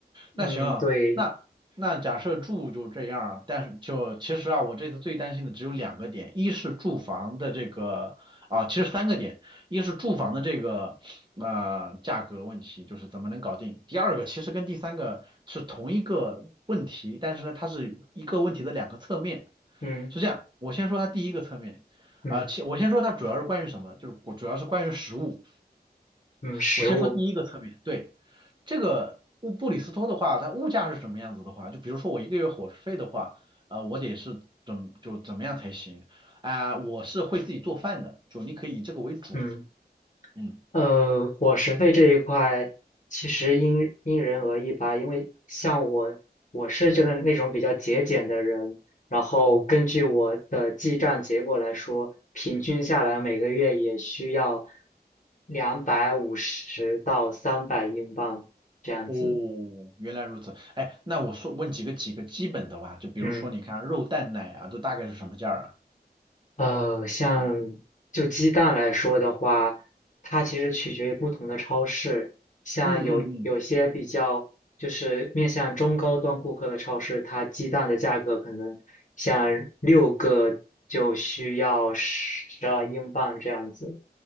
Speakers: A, on the left; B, on the right.
A: 嗯，
B: 那行啊，
A: 对，
B: 那那假设住就这样啊，但是就其实啊，我这次最担心的只有两个点，一是住房的这个啊，其实三个点，一是住房的这个呃价格问题，就是怎么能搞定。第二个其实跟第三个是同一个问题，但是呢，它是一个问题的两个侧面。
A: 嗯
B: 是这样，我先说它第一个侧面，
A: 嗯
B: 啊、其我先说它主要是关于什么，就是主要是关于食物。
A: 嗯，食物，
B: 我先说第一个侧面，对，这个布布里斯托的话，它物价是什么样子的话，就比如说我一个月伙食费的话，呃，我得是怎就怎么样才行啊、我是会自己做饭的，就你可以以这个为主，
A: 嗯。
B: 嗯，
A: 呃，伙食费这一块其实因因人而异吧，因为像我，我是就是那种比较节俭的人，然后根据我的记账结果来说，平均下来每个月也需要两百五十到三百英镑这样子。
B: 哦，原来如此，哎，那我说问几个几个基本的吧，就比如说你看肉蛋奶啊，
A: 嗯。
B: 都大概是什么价儿啊？
A: 呃，像就鸡蛋来说的话，它其实取决于不同的超市。像有有些比较就是面向中高端顾客的超市，
B: 嗯嗯嗯，
A: 它鸡蛋的价格可能像六个就需要十二英镑这样子。